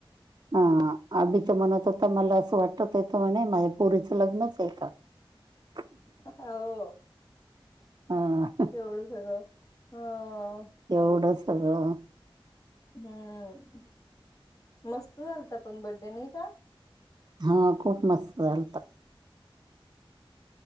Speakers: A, on the right (about 45°); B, on the left (about 40°).
A: हा आभी तर म्हणत होता. मला असं वाटत होयत म्हणे, माझ्या पोरीचं लग्नच हाय का? <unintelligible>
B: हो,
A: हा
B: एवढं सगळं हा.
A: एवढं सगळं
B: हम्म, मस्त झालता पण बड्डे नाही का?
A: हा खूप मस्त झालता.